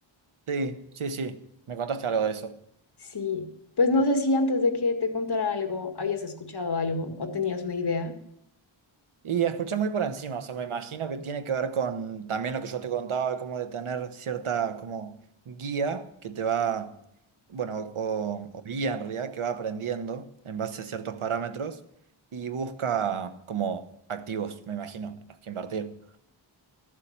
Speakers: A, on the right; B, on the left.
A: Sí, sí, sí, me contaste algo de eso.
B: Sí, pues no sé si antes de que te contara algo, habías escuchado algo o tenías una idea.
A: Y escuché muy por encima, o sea, me imagino que tiene que ver con también lo que yo te contaba, como de tener cierta como guía que te va, bueno, o, o guía en realidad, que va aprendiendo en base a ciertos parámetros y busca como activos, me imagino, en los que invertir.